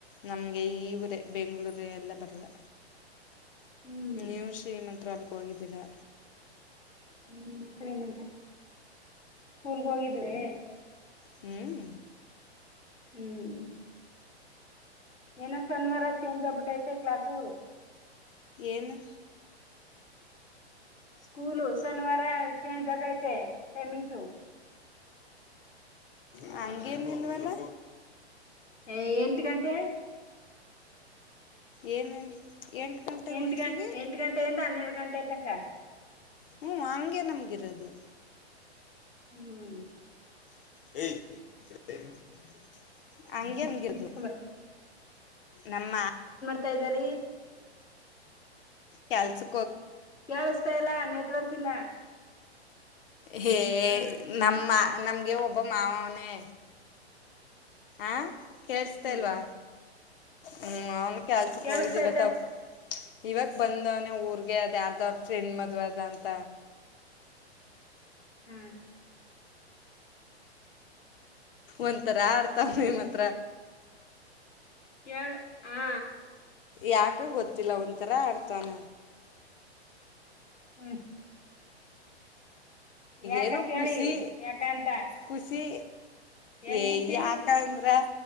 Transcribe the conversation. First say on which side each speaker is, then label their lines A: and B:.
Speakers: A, on the left; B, on the left.
A: ನಮ್ಗೆ ಈವರಿ ಬೆಂಗ್ಗಳೂರು ಎಲ್ಲ ಬರಲ್ಲ.
B: ಹ್ಮ್
A: ನೀವು ಶ್ರೀಮಂತೃ ಅಲಗ್ ಹೋಗಿದ್ದೀರಾ.
B: ಹ್ಮ್ ಸರಿ ನಂತ ಸ್ಕೂಲ್ಗ ಹೋಗಿದ್ರೆ
A: ಹ್ಮ್
B: ಹ್ಮ್ ಏನ ಶನಿವಾರ ಚೇಂಜ್ ಆಗ್ಬಿಟ್ಟೈತೆ ಕ್ಲಾಸು
A: ಏನು
B: ಸ್ಕೂಲು ಶನಿವಾರ ಚೇಂಜ ಆಗೈತೆ ಟೈಮಿಂಗ್ಸು.
A: ಹಂಗೇನಿಲ್ವಲ್ಲ
B: ಅಯ ಎಂಟ ಗಂಟೆ
A: ಏನೇನ್ ಎಂಟು ಗಂಟೆಗೆ
B: ಎಂಟ
A: ಹೋಯ್ತೀವಿ
B: ಗಂ ಎಂಟ ಗಂಟೆಯಿಂದ ಹನ್ನೆರಡ ಗಂಟೆ ತನಕ
A: ಹ್ಮ ಹಂಗೆ ನಮ್ಗಿರೋದು.
B: ಹ್ಮ್
A: <unintelligible> ಹಂಗೆ
B: ಹ್ಮ್
A: ನಮಗಿರೋದು
B: ಇತ <unintelligible>
A: ನಮ್ಮ
B: ತಾ ಇದ್ದ ರೀ
A: ಚಲ್ ಚು
B: ಕೇಳಿಸತಾ ಇಲ್ಲ ನೆಟ್ವರ್ಕ್ ಇಲ್ಲ
A: ಹೇ
B: ಹ್ಮ್
A: ನಮ್ಮ ನಮ್ಗೆ ಒಬ್ಬ ಮಾವವನೇ ಆ ಕೇಳ್ಸ್ತೆಲ್ವಾ
B: ಹ್ಮ್
A: ಹ್ಮ್ ಅವನ್ ಕೆಲ್ಸಕ್
B: ಕೇಳಿಸತೈತೆ
A: ಹೋಗಿದ್ದ ಇವ ತಪ್ಪ ಇವಾಗ ಬಂದವನ ಊರ್ಗೆ ಅದ್ ಯಾರ್ದವ್ರ ಫ್ರೆಂಡ್ ಮದ್ವೆ ಅದ ಅಂತ
B: ಹ್ಮ್
A: ಒಂಥರ ಆರ್ತವಿ ಮತ್ತೆ
B: ಕಳ್ ಹಾ
A: ಯಾಕೆ ಗೊತ್ತಿಲ್ಲ ಒಂಥರ ಆಡ್ತಾನ
B: ಹ್ಮ್ ಯಾಕ
A: ಏನೋ
B: ಕೇಳಿ
A: ಖುಷಿ
B: ಯಾಕ ಅಂತ
A: ಖುಷಿ
B: ಏನ್
A: ಏ
B: ಖುಷಿ
A: ಯಾಕ ಅಂದ್ರ